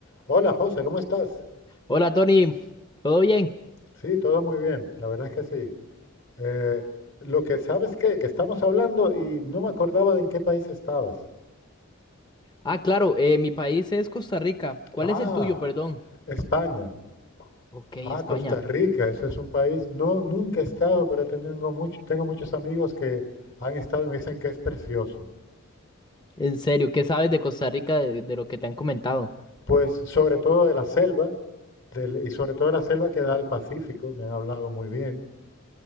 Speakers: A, on the left (about 60°); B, on the left (about 20°).
A: Hola José, ¿cómo estás?
B: Hola Tony, ¿todo bien?
A: Sí, todo muy bien, la verdad es que sí. Eh, lo que sabes que, que estamos hablando y no me acordaba de en qué país estabas.
B: Ah, claro, eh, mi país es Costa Rica. ¿Cuál
A: Ah,
B: es el tuyo, perdón?
A: España.
B: Ok,
A: Ah,
B: España.
A: Costa Rica, eso es un país. No, nunca he estado, pero tengo mucho- tengo muchos amigos que han estado y me dicen que es precioso.
B: En serio, ¿qué sabes de Costa Rica de, de lo que te han comentado?
A: Pues sobre todo de la selva, del- y sobre todo de la selva que da al Pacífico, me han hablado muy bien.